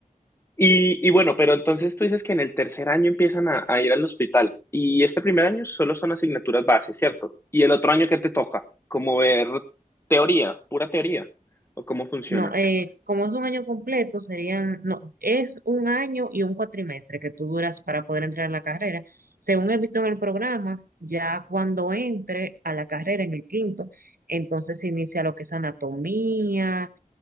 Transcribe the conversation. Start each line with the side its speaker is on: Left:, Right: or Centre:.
Left: y, y bueno, pero entonces tú dices que en el tercer año empiezan a, a ir al hospital y este primer año solo son asignaturas base, ¿cierto? Y el otro año que te toca, como ver teoría, pura teoría, o cómo funciona.
Right: No, eh, como es un año completo, serían, no, es un año y un cuatrimestre que tú duras para poder entrar a la carrera. Según he visto en el programa, ya cuando entre a la carrera en el quinto, entonces se inicia lo que es anatomía,